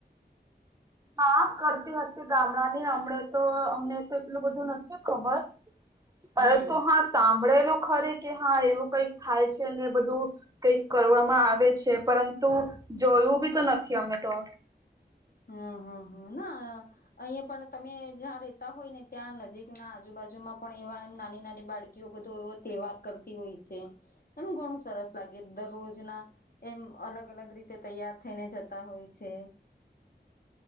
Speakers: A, on the right (about 20°); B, on the left (about 55°).
A: હા કરતી હતી ગામડા ની હમણા તો અમને તો એટલું બધું નથી ખબર પરંતુ
B: હમ
A: હા ત સા ભણેડેલું ખરે કે હા એવું કઈક થાય છે ને બધું કંઈક કરવામાં આવે છે પરંતુ જોયું બી તો નથી અમે તો
B: હમ હમ હા ના અહીં પણ તમે જ્યાં રેતા હોય ને ત્યાં નજીકના આજુબાજુમાં પણ એવા એમ નાની નાની બાળકી બધો એવો તહેવાર કરતી હોય છે એમ ઘણું સરસ લાગે દરરોજના એમ અલગ અલગ રીતે તૈયાર થઈને જતા હોય છે.